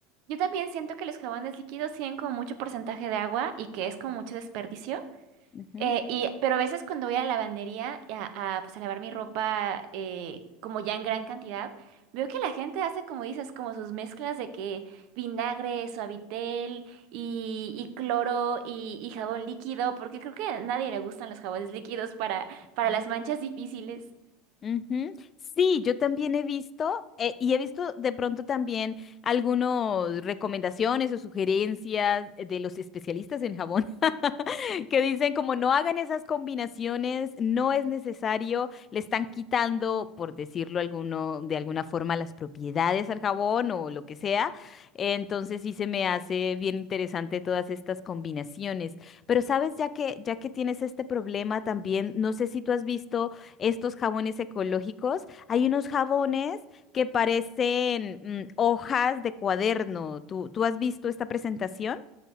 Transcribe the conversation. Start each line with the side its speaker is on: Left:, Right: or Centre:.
Right: Yo también siento que los jabones líquidos tienen como mucho porcentaje de agua y que es como mucho desperdicio.
Left: Ujú,
Right: Eh, y, pero a veces cuando voy a la lavandería y a, a, pues, a lavar mi ropa eh, como ya en gran cantidad, veo que la gente hace como dices, como sus mezclas de que vinagre, suavitel y, y cloro y, y jabón líquido, porque creo que a nadie le gustan los jabones líquidos para, para
Left: ujú.
Right: las manchas difíciles.
Left: Ujú. Sí, yo también he visto eh, y he visto de pronto también algunas recomendaciones o sugerencias eh, de los especialistas en jabón <laughs> que dicen como no hagan esas combinaciones, no es necesario, le están quitando, por decirlo alguno, de alguna forma, las propiedades al jabón o lo que sea. Entonces sí se me hace bien interesante todas estas combinaciones. Pero sabes, ya que, ya que tienes este problema también, no sé si tú has visto estos jabones ecológicos. Hay unos jabones que parecen mm, hojas de cuaderno. ¿Tú, tú has visto esta presentación?